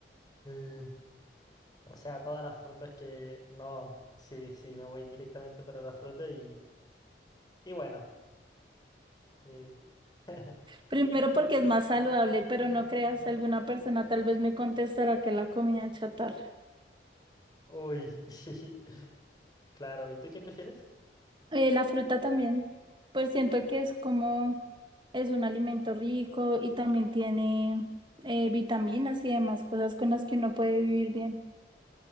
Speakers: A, on the left (about 20°); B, on the right (about 25°).
A: Eh, o sea, todas las frutas que... No, sí, sí, me voy directamente para la fruta y, y bueno. eh, <laughs>
B: Primero porque es más saludable, pero no creas, alguna persona tal vez me contestará que la comida chatarra.
A: Uy, <laughs> claro, ¿y tú qué prefieres?
B: Eh, la fruta también, pues siento que es como... Es un alimento rico y también tiene eh, vitaminas y demás cosas con las que uno puede vivir bien.